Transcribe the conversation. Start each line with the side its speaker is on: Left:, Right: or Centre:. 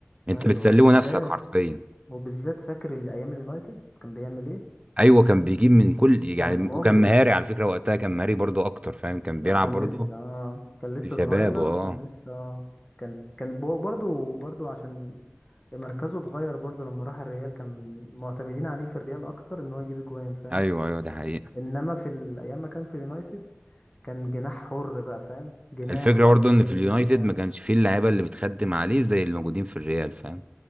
Right: انت
Left: ايوه
Right: بتسلمه
Left: وبالذات
Right: نفسك حرفيا
Left: وبالذات فاكر اللي ايام اليونايتد كان بيعمل ايه
Right: ايوه كان بيجيب من كل يعني
Left: كان مجرم
Right: وكان مهاري على فكرة وقتها كان مهاري برضو اكتر فاهم كان بيلعب
Left: كان
Right: برضو
Left: لسه آه كان لسه
Right: في شباب
Left: صغير
Right: اه
Left: وكان لسه آه كان كان بو- برضه برضه عشان مركزه اتغير برضه لما راح الريال كان معتمدين عليه في الريال اكتر ان هو يجيب اجوان فاهم
Right: ايوه ايوه ده حقيقة
Left: انما في ال- ايام ما كان في اليونايتد كان جناح حر بقى فاهم جناح
Right: الفكرة
Left: يقعد
Right: برضو
Left: يلم
Right: ان في اليونايتد
Left: وبتاع
Right: ما كانش فيه اللعيبة اللي بتخدم عليه زي اللي موجودين في الريال فاهم